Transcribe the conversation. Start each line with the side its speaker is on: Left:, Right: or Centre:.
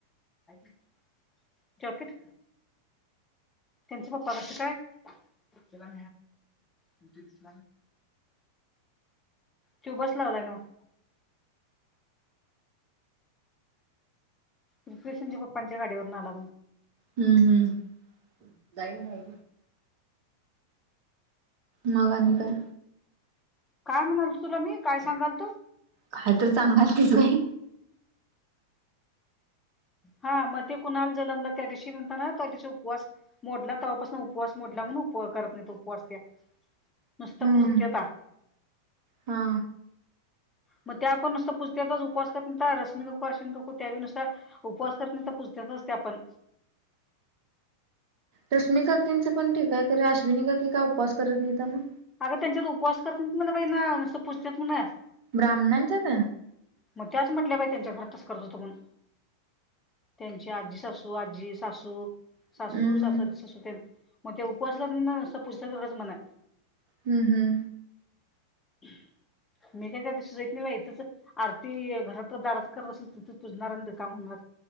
Left: <unintelligible> जॉकेट. त्यांचं पप्पा कसं कायला दिस त्यो बस लावलाय ना व. रुपेश प्पच्या गाडीवरुन आला.
Right: हम्म हम्म जाईन नाही. मग आणि काय?
Left: काय म्हणालतो तुला मी काय सांगालतो?
Right: काय तर सांगालतीस बाई.
Left: हा मग ते कुणाल जनमला त्या दिवशी म्हणता ना त्या दिवशी उपवास मोडला तवपासून उपवास मोडला म्हण उप करत नाही तो उपवास त्या नुसतं
Right: हम्म
Left: पूजत्यात
Right: हा.
Left: मग त्या आपण नुसत पुजतेच उपवा कर रश्मीको अेको त्या नुसार उपवास करता नाही तर पूजत्यात त्या पण
Right: रश्मी काकींचं पण ठीक आहे खरे अश्विनी काकी का उपवास करत नाहीत मग
Left: अगं त्यांच्यात उपवास करत नाहीत म्हण बाई नुसत पुजत्यात म्हण
Right: ब्राह्मणांच्यात
Left: मग त्याच म्हटल्या बाई त्यांच्या घरात तसं करत हुतो म्हणून त्यांची आजी सासू, आजी, सासू
Right: हम्म
Left: सासू सासू आजी सासू तेन मग ते उपवासल्या पुजतात तेवढंच मना
Right: हुं हुं
Left: मी काय त्या दिवशी जाईत नाही बाई इथच आरती घरातच दाराच करत असेल तिथंच पूजनार आणि रिकामं होणार